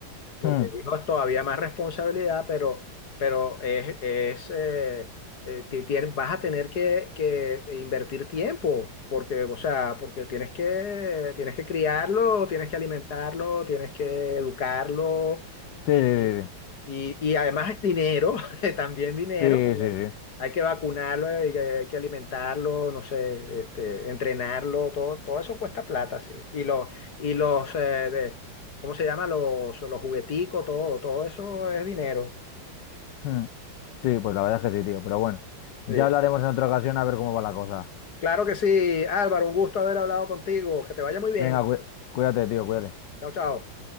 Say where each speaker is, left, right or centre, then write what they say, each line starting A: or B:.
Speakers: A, on the left (about 50°); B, on the left (about 70°).
A: porque
B: Mm,
A: dijo es todavía más responsabilidad, pero, pero es, es eh, eh, ti- tien- vas a tener que, que invertir tiempo, porque, o sea, porque tienes que, tienes que criarlo, tienes que alimentarlo, tienes que educarlo y,
B: Sí, sí,
A: y, y además dinero, <laughs> también dinero,
B: sí,
A: porque
B: sí. Sí, sí, sí.
A: hay que vacunarlo, hay que, hay que alimentarlo, no sé, este, entrenarlo, todo, todo eso cuesta plata, sí. Y los, y los, eh, ¿cómo se llama? Los, los jugueticos, todo, todo eso es dinero.
B: Hmm. Sí, pues la verdad es que sí, tío. Pero bueno,
A: Sí.
B: ya hablaremos en otra ocasión a ver cómo va la cosa.
A: Claro que sí, Álvaro, un gusto haber hablado contigo. Que te vaya muy bien.
B: Venga, cuí- cuídate, tío, cuídate.
A: Chao, chao.